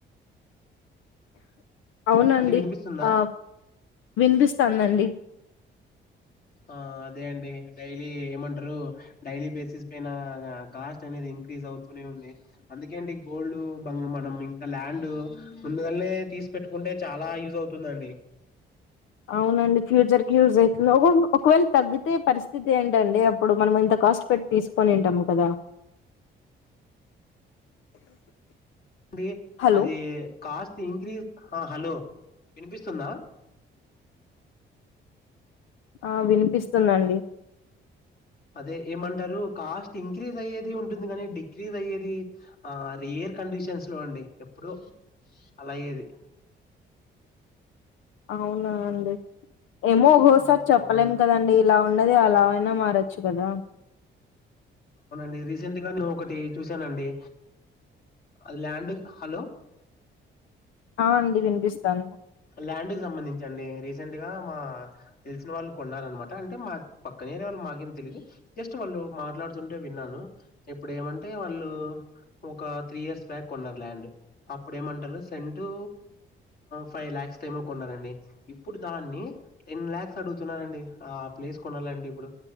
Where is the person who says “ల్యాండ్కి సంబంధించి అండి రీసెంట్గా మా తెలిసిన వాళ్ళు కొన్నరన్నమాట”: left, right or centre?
Left